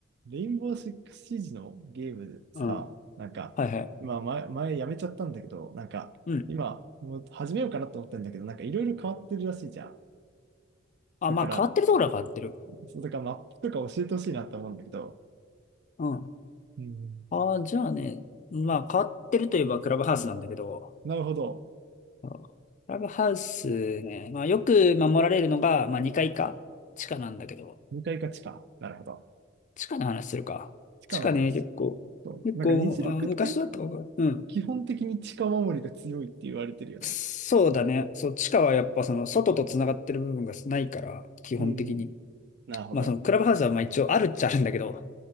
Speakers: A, on the right (about 55°); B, on the left (about 40°).
A: レインボーシックスシージのゲームさ、
B: うん。
A: なんか、
B: はいはい。
A: 今前、ま前やめちゃったんだけど、なんか、
B: うん。
A: 今、もう始めようかなと思ってんだけど、なんかいろいろ変わってるらしいじゃん。
B: あ、
A: だから、
B: まあ変わってるところは変わってる。
A: そうだからマップとか教えてほしいなって思うんだけど。
B: うん。
A: うん。
B: ああ、じゃあね、まあ変わってるといえばクラブハウスなんだけど、
A: なるほど。
B: うんクラブハウスね、まあよく守られるのが、まあ2階か、地下なんだけど、
A: 向かいか地下。なるほど。
B: 地下の話するか。
A: 地下の話。
B: 地下ね、結構、
A: そう。
B: 結構、
A: なんか虹六って
B: あ昔だったかなうん。
A: 基本的に地下守りが強いって言われてるよね。
B: そうだね。そう、地下はやっぱその外と繋がってる部分がないから、基本的に。
A: うん。なるほど。
B: まあそのクラブハウスはまあ一応あるっちゃあるんだけど、